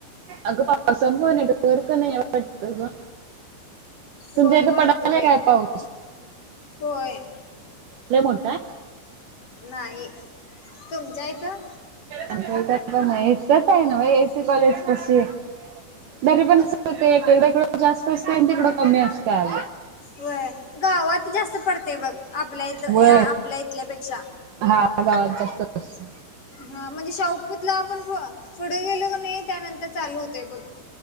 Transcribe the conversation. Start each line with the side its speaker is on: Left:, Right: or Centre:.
Right: अगं माझं पण नेटवर्क नाहीये वाटतं गं. तुमच्या
Left: वय
Right: इथं
Left: वाढतं
Right: पडालाय
Left: बाई
Right: काय पाऊस?
Left: होय!
Right: लय मोठा हाय?
Left: नाही तुमच्या इथं?
Right: आमच्या इथ पण नाही इथच आहे नव्ह ए एस सी कॉलेज पशी. तरी पण चालतंय एक एकदा हिकडं जास्त असतय आणि तिकडं कमी असतंय अग.
Left: व्हय गावात जास्त पडतय बघ आपल्या इथ
Right: वय
Left: या आपल्या इथल्यापेक्षा.
Right: हा गावात जास्त अस
Left: हा म्हणजे शाहु पुतला आपण फ पुढे गेलो क नाही त्यानंतर चालू होते बघ.